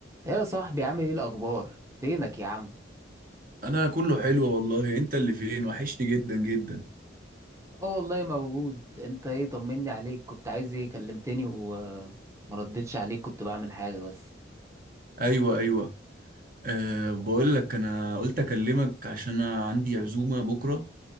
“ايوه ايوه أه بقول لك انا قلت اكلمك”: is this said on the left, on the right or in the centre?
Right